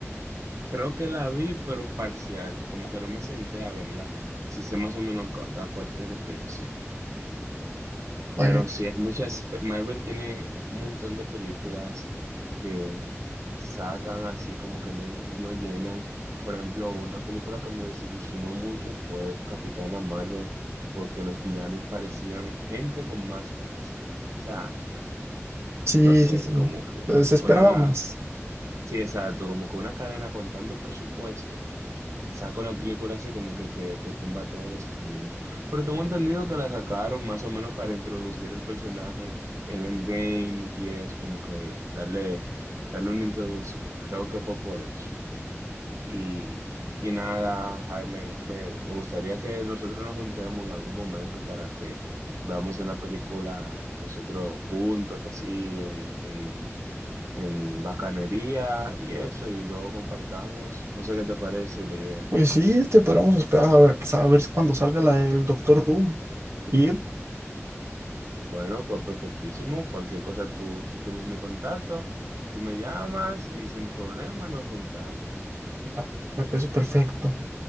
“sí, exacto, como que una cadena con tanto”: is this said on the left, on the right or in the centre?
Right